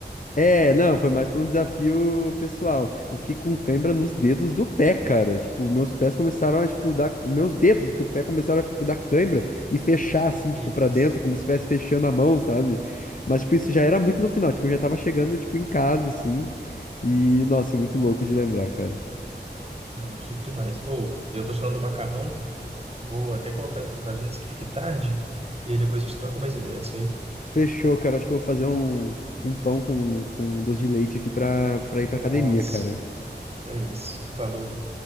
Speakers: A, on the left; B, on the right.
A: é, não, foi mais pra um desafio pessoal. Eu fiquei com cãibra nos dedos do pé, cara. Tipo, meus pés começaram a, tipo, dar. Os meus dedos do pé começaram a dar cãibra e fechar, assim,
B: Que
A: tipo, pra
B: isso.
A: dentro, como se estivesse fechando a mão, sabe? Mas, tipo, isso já era muito no final. Tipo, eu já tava chegando, tipo, em casa, assim. E, nossa, muito louco de lembrar, cara.
B: Não, chique demais. Ou, eu tô falando do macarrão, vou até colocar ele pra fazer antes que fique tarde, e aí depois a gente troca mais ideias disso aí.
A: Fechou, cara. Acho que eu vou fazer um, um pão com, com um doce de leite aqui pra, pra
B: Nossa,
A: ir pra academia, cara.
B: é isso. Falou.